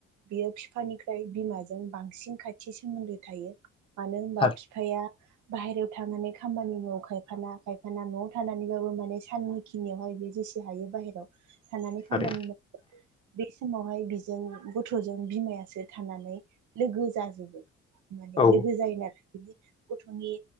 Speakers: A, on the right; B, on the left.
A: बेयो बिफानिफ्राय बिमाजों बांसिन खाथि सोमोन्दो थायो। मानो होनबा
B: थारै
A: बिफाया बाहेरायाव थांनानै खामानि मावो खायफाना खायफाना न'आव थानानैबाबो माने साननि खिनियावहाय बे जेसे हायो बाहेरायाव थानानै
B: थारै
A: खामानि मावो, बे समावहाय बिजों गथ'जों बिमाया सो थानानै लोगो जाजोबो माने
B: औ
A: लोगो जायो आरो गथ'नि